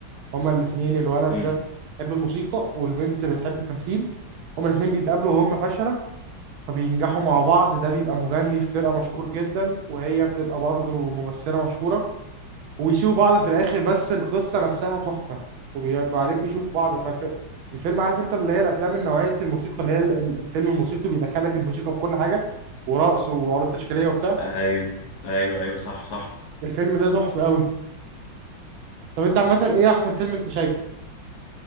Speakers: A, on the right (about 85°); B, on the left (about 60°).
A: هما الاثنين الولد
B: امم
A: ده بيحب الموسيقى والبنت بتحب التمثيل هما الاثنين بيتقابلوا وهم فشلة فبينجحوا مع بعض ده بيبقى مغني في فرقة مشهور جدا وهي بتبقى برضه ممثلة مشهورة ويسيبوا بعض في الآخر بس القصة نفسها تحفة وبعدين بيشوفوا بعض فالفيلم عارف انت اللي هي الأفلام النوعية الموسيقى اللي هي ال- ال- الفيلم الموسيقي بيدخلك الموسيقى في كل حاجة ورقص وعروض تشكيلية وبتاع
B: ايوه ايوه ايوه صح صح
A: الفيلم ده تحفة قوي طب انت عامة ايه أحسن فيلم انت شايفه